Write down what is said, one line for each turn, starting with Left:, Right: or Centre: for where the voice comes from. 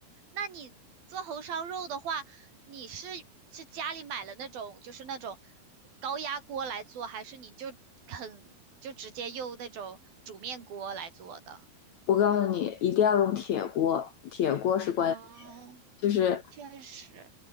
Right: 那你做红烧肉的话，你是是家里买了那种就是那种高压锅来做，还是你就很就直接用那种煮面锅来做的？
Left: 我告诉你，一定要用铁锅，铁锅是关键。
Right: 嗯，
Left: 就是
Right: 确实，